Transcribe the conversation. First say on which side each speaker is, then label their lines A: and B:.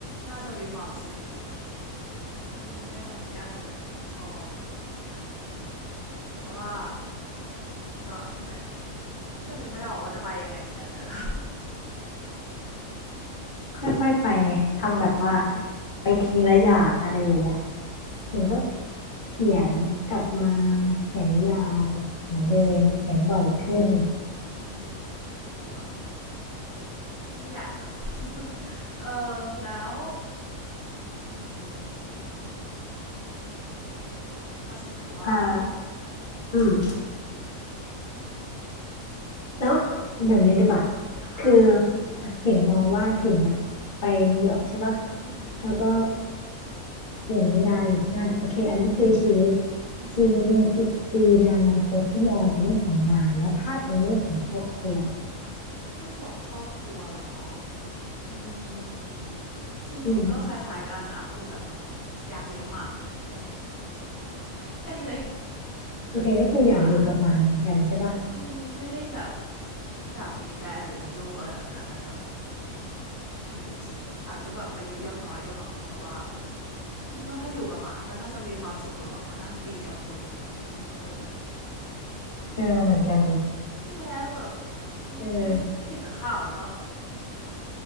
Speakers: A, on the left; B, on the left.
A: น่าจะมีความสุขดีแบบอืมได้ทำทุกอย่างที่แบบชอบอะไรเงี้ยแต่ว่าก็นั่นแหละก็นึกไม่ออกว่าจะไปยังไงเหมือนกันแต่ก็
B: ค่อยๆไปไงทำแบบว่า
A: <laughs> อืม
B: ไปทีละอย่างอะไรอย่างเงี้ยถิ่งก็ เขียนกลับมาเขียนนิยายเหมือนเดิมเขียนบ่อยขึ้น
A: นั่นแหละสิอืมมันดูแบบยิ่งใหญ่เนาะเออแล้วอืมยังไงดีถ้าสมมติว่า
B: อ่าอืม
A: อืม
B: แล้วเดี๋ยวนี้ดีกว่า
A: อ่ะฮะ
B: คือถิงมองว่าถิงอะไปนิวยอร์กใช่ปะ
A: อือหือ
B: แล้วก็เขียนนิยายอยู่ที่นั่นโอเคอันนี้คือชีวิต
A: อืมอือหือ
B: ชีวิตในสิบปีในอนาคตที่มองเป็นเรื่องของงานแล้วถ้าเป็นเรื่องของครอบครัว
A: เรื่องของครอบครัวเหรออืมจริงๆก็คล้ายๆกันนะคือแบบ
B: อืม
A: อยากเลี้ยงหมาแค่เนี้ยแค่นี้เลย
B: โอเคก็คืออยากอยู่กับหมาเหมือนกันใช่ปะ
A: อยากมีหมาอืมไม่ได้แบบอยากมีแฟนหรือมีลูกอะไรแบบนั้นมันแบบไม่รู้สิอาจจะแบบอายุยังน้อยด้วยมั้งแต่ว่าคิดว่าถ้าอยู่กับหมาก็น่าจะมีความสุขกับแบบมานั่งตีกับคนนิดนึง
B: เออเหมือนกันเลย
A: ใช่ไหม่แบบอืมเห็นข่าวแล้วก็
B: เออ